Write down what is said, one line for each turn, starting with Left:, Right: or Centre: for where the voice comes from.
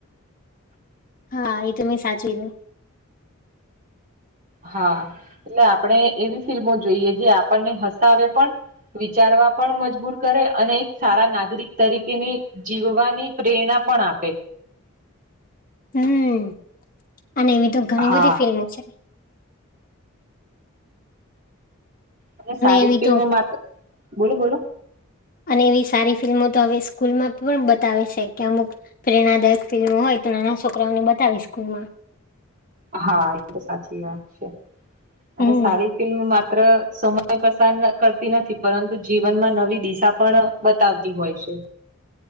Left: હા એ તો મેં સાચયવુ
Right: હા એટલે આપણે એવી ફિલ્મો જોઈએ જે આપણને હસાવે પણ વિચારવા પણ મજબૂર કરે અને એક સારા નાગરિક તરીકેની જીવવાની પ્રેરણા પણ આપે
Left: હમ અને એવી તો ઘણી
Right: હા
Left: બધી ફિલ્મો છે.
Right: અને સારી
Left: એવી
Right: ફિલ્મ
Left: તો
Right: માત્ર બોલો બોલો
Left: અને એવી સારી ફિલ્મો તો હવે સ્કૂલમાં પણ બતાવે છે કે અમુક પ્રેરણાદાયક ફિલ્મ હોય તો નાના છોકરાઓને બતાવી સ્કૂલ માં
Right: હા એ તો સાચી વાત છે અને
Left: હમ
Right: સારી ફિલ્મ માત્ર સમય પસંદ કરતી નથી પરંતુ જીવનમાં નવી દિશા પણ બતાવતી હોય છે